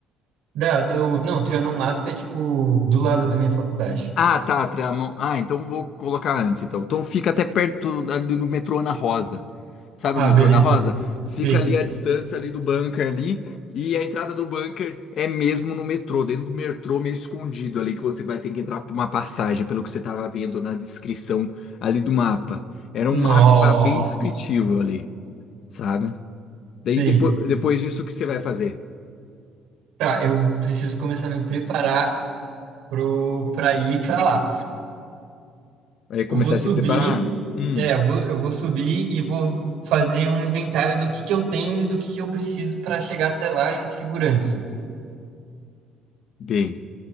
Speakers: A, on the right; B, on the left.
A: Da, da- o- não, o Trianon MASP é tipo do lado da minha faculdade.
B: Ah, tá, Trianon. Ah, então vou colocar antes, então. Então fica até perto ali do metrô Ana Rosa. Sabe
A: Ah,
B: o metrô
A: beleza.
B: Ana Rosa? Fica
A: Sei.
B: ali a distância ali do bunker ali, e a entrada do bunker é mesmo no metrô, dentro do metrô meio escondido ali, que você vai ter que entrar por uma passagem, pelo que você estava vendo na descrição ali do mapa. Era
A: Nossa.
B: um mapa bem descritivo ali, sabe? Daí
A: Sei.
B: depois, depois disso, o que você vai fazer?
A: Tá, eu preciso começar a me preparar pro para ir para lá.
B: Vai começar
A: Eu vou subir,
B: a se preparar? Hum,
A: é, eu vou, eu vou subir e vou fazer um inventário do que que eu tenho e do que que eu preciso para chegar até lá em segurança,
B: bem.